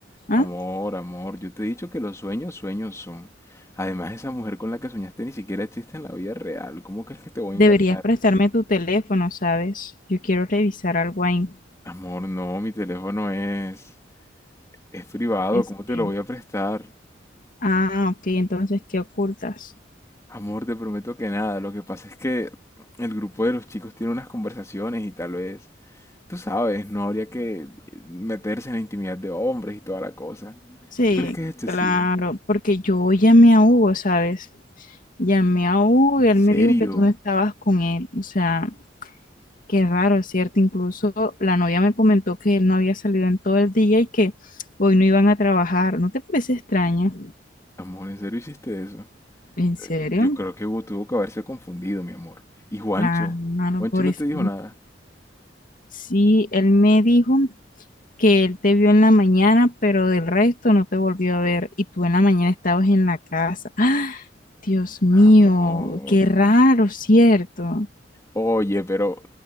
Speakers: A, on the left; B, on the left.
A: ¿Ah?
B: Amor, amor, yo te he dicho que los sueños, sueños son. Además, esa mujer con la que soñaste ni siquiera existe en la vida real. ¿Cómo crees que te voy
A: Deberías
B: a engañar?
A: prestarme tu teléfono, ¿sabes? Yo quiero revisar algo ahí.
B: Amor, no, mi teléfono es... Es privado,
A: Este,
B: ¿cómo te lo voy a prestar?
A: ah, ok, entonces, ¿qué ocultas?
B: Amor, te prometo que nada. Lo que pasa es que el grupo de los chicos tiene unas conversaciones y tal vez, tú sabes, no habría que eh, meterse en la intimidad de hombres y toda la cosa.
A: Sí,
B: ¿Tú crees que es excesivo?
A: claro, porque yo llamé a Hugo, ¿sabes? Llamé a Hugo
B: ¿En
A: y él
B: serio?
A: me dijo que tú no estabas con él. O sea, qué raro, ¿cierto? Incluso la novia me comentó que él no había salido en todo el día y que hoy no iban a trabajar. ¿No te parece extraño?
B: Amor, ¿en serio hiciste eso?
A: ¿En serio?
B: Yo creo que Hugo tuvo que haberse confundido, mi amor. ¿Y Juancho?
A: Claro,
B: ¿Juancho
A: pobrecito.
B: no te dijo nada?
A: Sí, él me dijo que él te vio en la mañana, pero del resto no te volvió a ver y tú en la mañana estabas en la casa. ¡Ah! Dios mío,
B: Amor.
A: qué raro, ¿cierto?
B: Oye, pero...